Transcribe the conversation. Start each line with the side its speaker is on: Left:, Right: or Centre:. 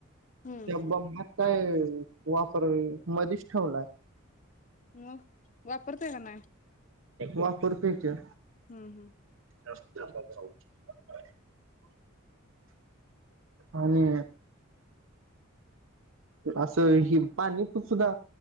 Left: हम्म
Right: त्या बंबात. काय वापर, मधीच ठेवला.
Left: मग! वापरताय, काय नाय.
Right: वापरतोयकी.
Left: हुं हुं!
Right: <unintelligible> आणि. असं ही पाणी, सुद्धा